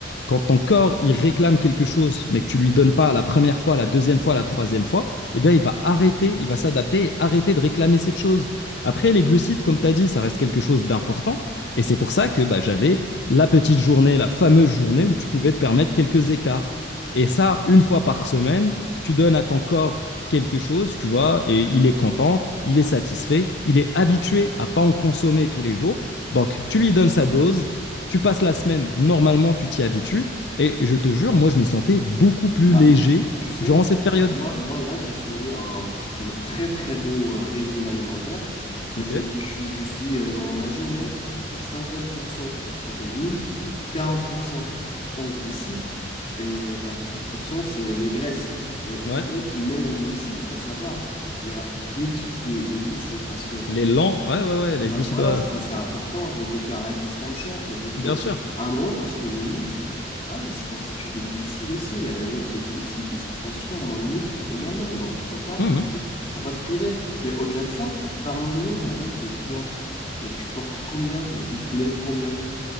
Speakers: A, on the left; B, on the left.
A: Quand ton corps, il réclame quelque chose, mais que tu lui donnes pas la première fois, la deuxième fois, la troisième fois, eh bien, il va arrêter, il va s'adapter et arrêter de réclamer cette chose. Après, les glucides, comme tu as dit, ça reste quelque chose d'important. Et c'est pour ça que bah, j'avais la petite journée, la fameuse journée où tu pouvais te permettre quelques écarts. Et ça, une fois par semaine, tu donnes à ton corps quelque chose, tu vois, et il est content, il est satisfait, il est habitué à pas en consommer tous les jours. Donc, tu lui donnes sa dose, tu passes la semaine, normalement, tu t'y habitues. Et je te jure, moi, je me sentais beaucoup plus
B: Bah,
A: léger
B: m- tu sais,
A: durant cette période.
B: moi, moi là, j'ai suivi un, un très très beau euh, régime alimentaire. Bah,
A: Ok,
B: c'est que je, suis- je suis euh, dans ma journée à 50% en protéines, 40% en glucides et bah, 10% c'est les graisses. Et
A: ouais.
B: même même en glucides, il faut savoir, il y a deux types de, de glucides parce que
A: Les lents, ouais, ouais, ouais,
B: bah
A: les glucides,
B: voilà,
A: euh,
B: ça c'est important de faire la distinction. Ça veut dire
A: bien
B: que
A: sûr.
B: à un moment, parce que le muscle, hein, il se constitue de glucides aussi, les réserves de glucides, il se transforme en muscle également. Donc, faut pas priver,
A: Mhm.
B: faut pas te priver. Mais au-delà de ça, parlons-nous maintenant de poids. Mais tu portes combien? Bah, tu soulèves combien?